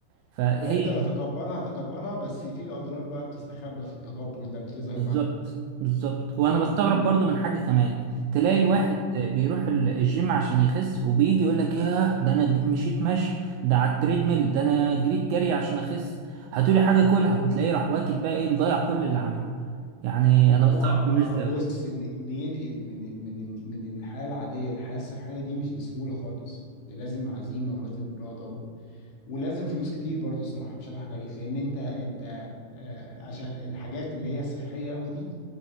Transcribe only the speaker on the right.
فهي
دي.
بالظبط بالظبط
وانا بستغرب برضو من حاجه كمان تلاقي الواحد بيروح ال- الجيم عشان يخس وبيجي يقول لك ياه ده انا ج- مشيت مشي ده على التريدميل ده انا جريت جري عشان اخس هاتولي حاجه كلها وتلاقيه راح واكل بقى ايه مضيع كل اللي عمله يعني
انا
بستغرب
من الناس دي
قوي